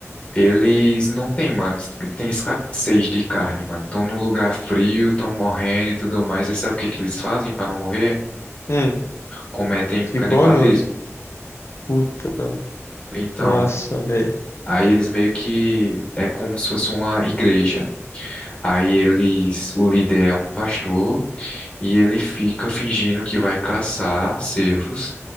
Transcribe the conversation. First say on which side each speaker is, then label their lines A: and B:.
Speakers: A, on the left (about 25°); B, on the left (about 60°).
A: eles não têm, mano, es- tem escassez de carne, mano. Estão num lugar frio, estão morrendo e tudo mais. E sabe o que que eles fazem para não morrer?
B: Hum,
A: Cometem
B: se
A: canibalismo.
B: come? Puta.
A: Então,
B: Nossa, velho.
A: aí eles meio que é como se fosse uma igreja. Aí eles, o líder é um pastor. e ele fica fingindo que vai caçar cervos